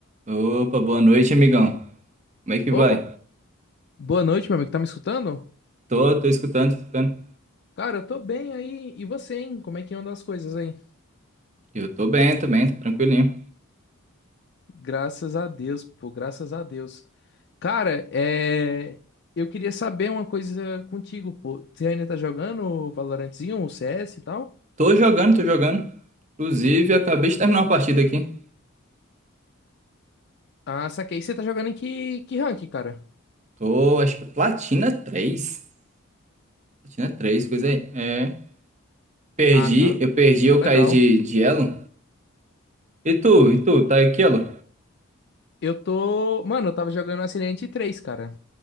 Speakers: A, on the right (about 35°); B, on the left (about 50°).
A: Opa, boa noite, amigão. Como é que
B: Opa,
A: vai?
B: boa noite, meu amigo. Tá me escutando?
A: Tô, tô escutando, tô escutando.
B: Cara, eu tô bem aí. E você, hein? Como é que andam as coisas aí?
A: Eu tô bem também, tô tranquilinho.
B: Graças a Deus, pô, graças a Deus. Cara, é... eu queria saber uma coisa contigo, pô. Você ainda tá jogando o Valorantzinho, o CS e tal?
A: Tô jogando, tô jogando. Inclusive, acabei de terminar uma partida aqui.
B: Ah, saquei. Você tá jogando em que, que rank, cara?
A: Tô, acho que Platina três. Platina três, coisa aí. É. Perdi,
B: Ah, tá.
A: eu perdi, eu
B: Tá legal.
A: caí de, de elo. E tu, e tu, tá aqui, elo?
B: Eu tô. Mano, eu tava jogando Ascendente 3, cara.